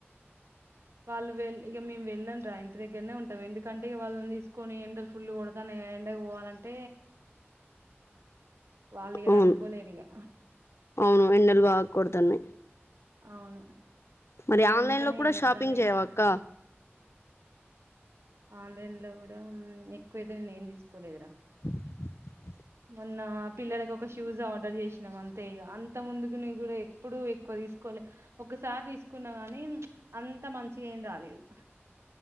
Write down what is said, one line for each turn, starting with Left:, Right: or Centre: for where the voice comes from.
Right: వాళ్ళు వె ఇగ మేము వెళ్ళం. రా ఇంటి దగ్గరనే ఉంటాం. ఎందుకంటే ఇక వాళ్ళని తీసుకొని ఎండల ఫుల్లు కొడుతానై గదా. ఎండ పోవాలంటే. వాళ్ళు ఇగ
Left: అవును
Right: తట్టుకోలేరిగా.
Left: అవును ఎండలు బాగా కొడుతున్నాయి.
Right: అవును.
Left: మరి
Right: ఇగ
Left: ఆన్లైన్
Right: అందుకనే
Left: లో కూడా
Right: ఇగ వద్దన్న
Left: షాపింగ్ చెయ్యవా
Right: ఇగ
Left: అక్క.
Right: ఆన్లైన్ లో కూడా ఎక్కువైతే నేను ఏం తీసుకోలేదురా.
Left: <inaudible>
Right: మొన్న పిల్లలకి ఒక షూస్ ఆర్డర్ చేసినాం, అంతే ఇక అంత ముందుకు నీ కూడా ఎప్పుడు ఎక్కు. తీసుకోలే ఒకసారి తీసుకున్నా గాని, అంత మంచిగా ఏం రాలేదు.